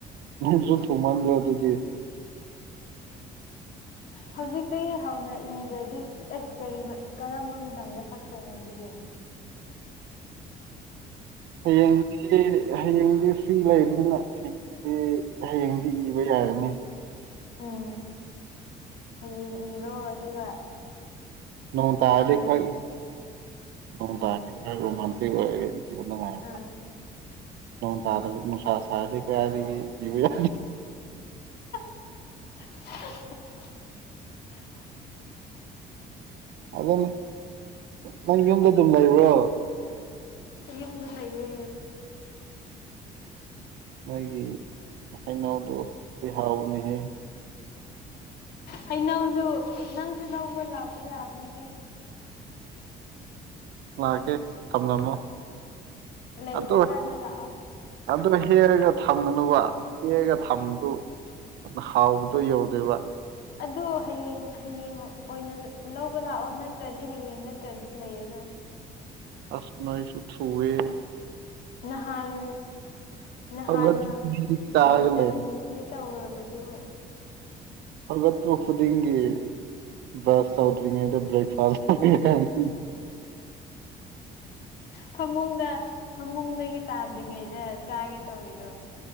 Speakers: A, on the right (about 75°); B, on the left (about 70°).
A: ꯅꯨꯡꯁꯨ ꯊꯨꯃꯟꯗꯔꯣ ꯑꯗꯨꯗꯤ <unintelligible>
B: ꯍꯧꯖꯤꯛꯇꯒꯤ ꯍꯧꯅ ꯏꯗ꯭ꯔꯗꯤ ꯑꯁ ꯀꯔꯤ ꯀꯔꯝꯕ ꯃꯇꯝꯗ ꯁꯛꯇꯣꯏꯅꯣ ꯑꯗꯨꯗꯤ
A: ꯍꯌꯦꯡ ꯢꯒꯦ ꯍꯌꯦꯡꯗꯤ ꯐ꯭ꯔꯤ ꯂꯩꯕꯅꯤꯅ ꯍꯌꯦꯡꯗꯤ ꯍꯌꯦꯡꯗꯤ ꯏꯕ ꯌꯥꯥꯢꯅ
B: ꯎꯝ ꯍꯌꯦꯡ ꯏꯔꯣ ꯑꯗꯨꯒ
A: ꯅꯣꯡ ꯇꯗꯤ
B: ꯑꯥ
A: ꯈꯣꯢ ꯅꯣꯡ ꯇꯔꯗꯤ ꯔꯣꯃꯥꯟꯇꯤꯛ ꯑꯣꯏꯒꯅꯤ ꯅꯨꯡꯉꯥꯏ
B: ꯑꯥ
A: ꯅꯣꯡ ꯇꯗꯔꯗꯤ ꯅꯨꯡꯁꯥꯔꯗꯤ ꯀꯥꯏꯗꯥꯢꯗꯩ ꯏꯕ ꯌꯥꯅꯤ
B: <unintelligible>
A: ꯑꯗꯨ ꯅꯪ ꯌꯨꯝꯗ ꯑꯗꯨꯝ ꯂꯩꯕ꯭ꯔꯣ
B: ꯑꯩ ꯌꯨꯝꯗ ꯂꯩꯌꯦ
A: ꯅꯣꯏꯒꯤ ꯍꯩꯅꯧꯗꯣ ꯍꯥꯎꯗꯤ ꯍꯥꯎꯕꯅꯦꯍꯦ
B: ꯍꯩꯅꯧꯁꯨ ꯅꯪꯁꯨ ꯂꯧꯕ ꯂꯥꯛꯄ ꯌꯥꯕꯅꯤꯍꯦ
A: ꯂꯥꯛꯀꯦ ꯊꯝꯂꯝꯃꯣ
B: ꯂꯩꯇ꯭ꯔ
A: ꯑꯗꯨ
B: ꯀꯥꯟꯗ ꯂꯥꯛꯑꯣ
A: ꯑꯗꯨ ꯍꯦꯛꯂꯒ ꯊꯝꯒꯅꯨꯕ ꯍꯦꯛꯂꯒ ꯊꯝꯕꯗꯨ ꯑꯗꯨꯅ ꯍꯥꯎꯕꯗꯣ ꯌꯧꯗꯣꯏꯕ
B: ꯑꯗꯨ ꯍꯌꯦꯡ ꯍꯌꯦꯡ ꯑꯣꯏꯅ ꯂꯧꯕ ꯂꯥꯛꯑꯣ ꯅꯠꯇ꯭ꯔꯗꯤ ꯍꯌꯦꯡ ꯅꯠꯇ꯭ꯔꯗꯤ ꯂꯩꯔꯔꯣꯏ
A: ꯑꯁ ꯅꯣꯢꯁꯨ ꯊꯨꯏꯌꯦ
B: ꯅꯍꯥꯟ ꯅꯍꯥꯟꯅ
A: ꯍꯧꯒꯠꯄ ꯈꯨꯗꯤꯡ ꯆꯥꯔꯒ
B: ꯂꯣꯏꯁꯟꯒꯦ
A: ꯂꯩ
B: ꯇꯧꯔꯕꯗꯨꯕꯣ
A: ꯍꯧꯒꯠꯄ ꯈꯨꯗꯤꯡꯒꯤ ꯕ꯭ꯔꯁ ꯇꯧꯗ꯭ꯔꯤꯉꯩꯗ ꯕ꯭ꯔꯦꯛꯐꯥꯁ <inaudible>
B: ꯐꯃꯨꯡꯗ ꯐꯃꯨꯡꯗꯒꯤ ꯇꯥꯗ꯭ꯔꯤꯉꯩꯗ ꯆꯥꯒꯦ ꯇꯧꯔꯤꯔꯣ